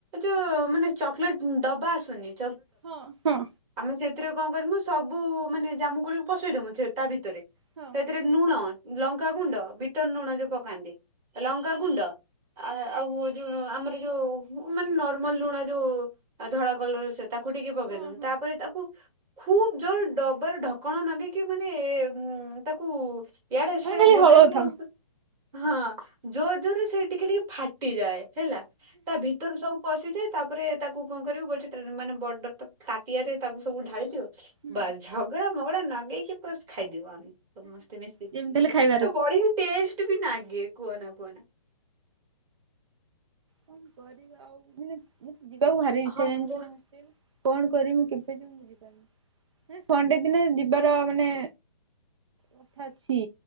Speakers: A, on the right (about 20°); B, on the right (about 55°).
A: ଯୋଉ ମାନେ ଚକୋଲେଟ୍ ଡବା ଆଶୁନି?
B: ହଁ ହଁ।
A: ଆମେ ସେଥିରେ କଣ କରିମୁ, ସବୁ ମାନେ ଜାମୁ କାଳିକୁ ପସେଇ ଦମୁ, ସେ ତା ଭିତରେ
B: ହଁ
A: ସେଥିରେ ଲୁଣ, ଲଙ୍କାଗୁଣ୍ଡ ବିଟ ଲୁଣ ଯୋଉ ପକାନ୍ତି, ଲଙ୍କାଗୁଣ୍ଡ ଆ-ଆଉ ଯୋଉ ଆମରି ଯୋଉ ମାନେ ନର୍ମାଲ ଲୁଣ ଯୋଉ, ଧଳା କଲର ସେ ତାକୁ ଟିକେ ପକେଇଦେବୁ,
B: ହଁ ହଁ।
A: ତାପରେ ତାକୁ ଖୁବ ଜୋରେ ଡବାରେ ଢକଣ ନଗେଇକି ମାନେ, ଏ ତାକୁ ଇଆଡେ ସିଆଡେ
B: ଆମେ ଖାଲି
A: ବୁଲେ
B: ହଳଉଥାଉ।
A: ମୁଁ, ହଁ ଜୋର ଜୋରେ ସେ ଟିକେ, ଟିକେ ଫାଟିଯାଏ। ହେଲା ତା ଭିତରୁ ସବୁ ପଶିଯାଏ। ତାପରେ ତାକୁ କଣ କରିବ ଗୋଟେ ଟ୍ରେ, ମାନେ ବଡତ ତାଟିଆରେ ତାକୁ ସବୁ ଢାଳି ଦିଉ,
B: ହୁଁ।
A: ବାଲ ଝଗଡା ମଗଡା ନଗେଇକି ବାସ୍ ଖାଇଦଉ ଆମେ। ସମସ୍ତେ ମିଶିକି,
B: ଯେମିତି ହେଲେ ଖାଇବାର ଅଛି।
A: ବଢ଼ିଆ ଟେଷ୍ଟ ଟୁବି ନାଗେ କୁହନା କୁହନା।
B: କଣ କରିବା ଆଉ। ମାନେ, ମାନେ। ଯିବାକୁ ଭାରି ଇଛା
A: ହଁ
B: ଜାଣିଛୁ
A: ମୁଁ ବହୁ-
B: ନା ହଷ୍ଟେଲ। କଣ କରିମୁଁ କେବେ ଯିମୁଁ, ମୁଁ ବୂଝିପାରୁନି। ଆରେ ସଣ୍ଡେ ଦିନେ ଯିବାର ମାନେ, କଥା ଅଛି।